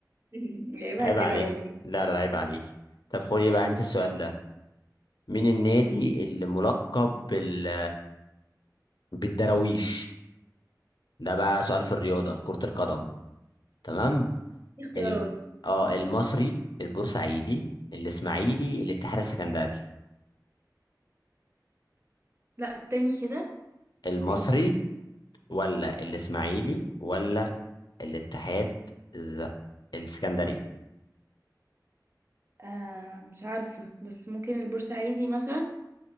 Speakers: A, on the right; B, on the left.
A: <laughs> جايبها
B: عيب
A: كده
B: عليك
A: والله
B: لا لا عيب عليك طب خدي بقى انت السؤال ده مين النادي اللي ملقب بال... بالدراويش ده بقى سؤال في الرياضة في كرة القدم تمام
A: في اختيارات
B: ال... اه المصري البورسعيدي الاسماعيلي الاتحاد السكندري
A: لا تاني كده
B: المصري
A: تاني
B: ولا الاسماعيلي ولا الاتحاد الز- السكندري
A: آه مش عارفة بس ممكن البورسعيدي مثلا